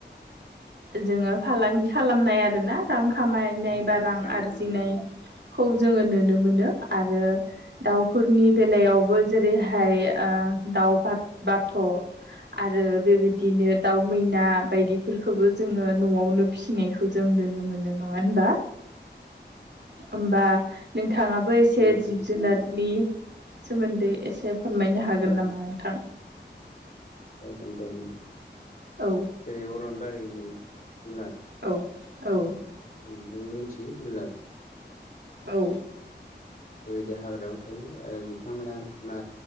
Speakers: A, on the right (about 70°); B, on the left (about 45°).
A: जोङो फालांगि खालामनाय आरोना रां खामायनाय
B: उम
A: बा रां आरजिनायखौ
B: खामायनो
A: जोङो नोनो मोनो। आरो दाउफोरनि बेलायावबो जेरैहाय ओ दाउ बाथ-बाथ' आरो बेबिदिनो दाउ मैना बायदि फोरखोबो जोङो न'वावनो फिसिनायखौ जों नोनो मोनो। नङा होनबा? ओमबा नोंथाङाबो एसे
B: नंगौ
A: जिब जुनादनि सोमोन्दै एसे फोरमायनो हागोन
B: औ
A: नामा नोंथां?
B: जागोन दे उम।
A: औ
B: जेरै अरन बारिनि जुनार।
A: औ औ।
B: जों बयबो मिनथियो जुनार
A: औ
B: <unintelligible> बेबायदि हाग्रायाव थायो आरो बिथांमोना मा